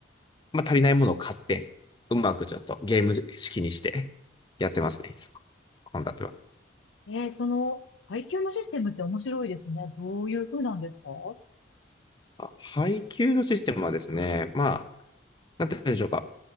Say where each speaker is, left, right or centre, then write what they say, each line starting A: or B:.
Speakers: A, on the left (about 25°); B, on the left (about 85°).
A: まあ、足りないものを買って、うまくちょっとゲーム式にして <laughs> やってますね、いつも。献立は。
B: えー、その配給のシステムって面白いですね。どういう風なんですか
A: あ配給のシステムはですね、まあ、なんて言うんでしょうか。